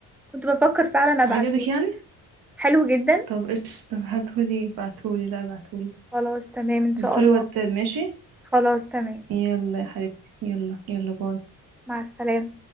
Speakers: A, in the centre; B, on the right.
A: كنت بفكر فعلا ابعتهولك
B: عجبك يعني
A: حلو جدا
B: طب ايش طب هاتهولي بعتهولي لا بعتهولي
A: خلاص تمام ان شاء
B: بعتهولي
A: الله
B: واتساب ماشي
A: خلاص تمام
B: يلا يا حبيبتي يلا يلا باي
A: مع السلامه